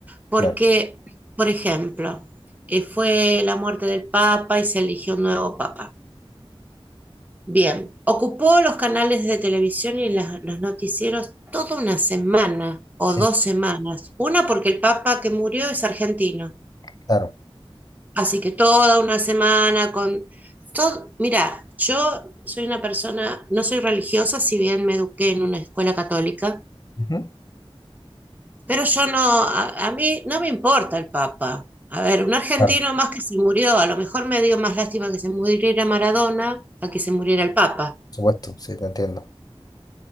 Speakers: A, on the right; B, on the left.
A: Porque,
B: Claro,
A: por ejemplo, eh, fue la muerte del Papa y se eligió un nuevo Papa. Bien, ocupó los canales de televisión y las- los noticieros toda una semana o
B: sí,
A: dos semanas. Una porque el Papa que murió es argentino.
B: claro.
A: Así que toda una semana con todo, mira, yo soy una persona, no soy religiosa, si bien me eduqué en una escuela católica,
B: Ujú.
A: pero yo no, a, a mí no me importa el Papa. A ver, un argentino
B: Claro, por
A: más que se murió, a lo mejor me dio más lástima que se muriera Maradona a que se muriera el Papa.
B: supuesto, sí, te entiendo.